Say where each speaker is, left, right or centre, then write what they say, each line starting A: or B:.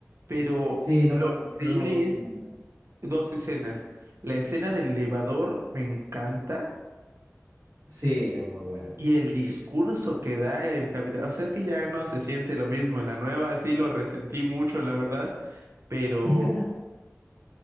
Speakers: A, on the right; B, on the right.
A: Pero
B: Sí, no
A: lo
B: me acuerdo,
A: increíble
B: pero no me acuerdo
A: es
B: su nombre.
A: dos escenas. La escena del elevador me encanta
B: Sí, es muy buena esa
A: y
B: escena.
A: el discurso que da el capitán. O sea, es que ya no se siente lo mismo en la nueva, sí lo resentí mucho, la verdad, pero
B: <laughs>